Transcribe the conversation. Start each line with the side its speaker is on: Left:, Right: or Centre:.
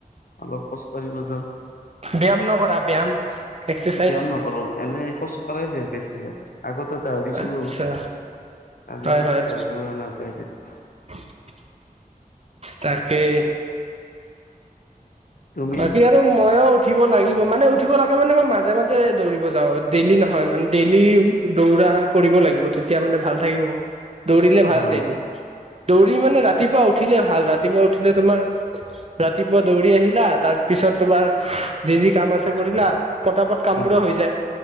Left: অলপ খোজকাঢ়িব যাওঁ।
Right: ব্যায়াম নকৰা, ব্যায়াম? এক্সাৰচাইজ
Left: ব্যায়াম নকৰোঁ, এনেই খোজকাঢ়াই যাই বেছিভাগ, আগতে দাওৰিছিলোঁ।
Right: আচ্ছা
Left: আজিকালি
Right: হয় হয়
Left: দৌৰা নাযায় তেনেকে।
Right: <inaudible> তাকেই।
Left: তুমি
Right: বাকী আ ৰু ময়ো উঠিব লাগিব মানে, উঠিব লাগে মানে মই মাজে, মাজে দৌৰিব যাওঁ, ডেইলি নহয় মানে ডেইলি দৌৰা কৰিব লাগিব, তেতিয়া মানে ভাল থাকিব দৌৰিলে ভাল
Left: হয়
Right: দেই। দৌৰি মানে ৰাতিপুৱা উঠিলে ভাল, ৰাতিপুৱা উঠিলে তোমাৰ ৰাতিপুৱা দৌৰি আহিলা তাৰপিছত তোমাৰ যি, যি কাম আছে কৰিলা, পতাপট কামবোৰো
Left: হয়
Right: হৈ যায়।